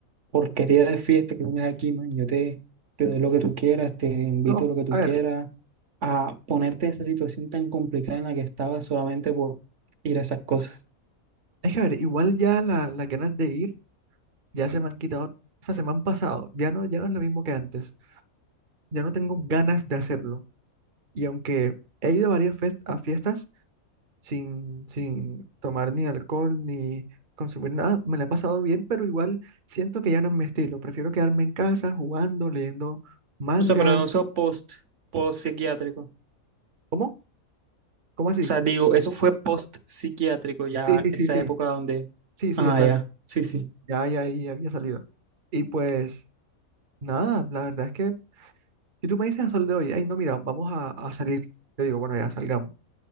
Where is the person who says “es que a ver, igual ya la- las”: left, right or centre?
Right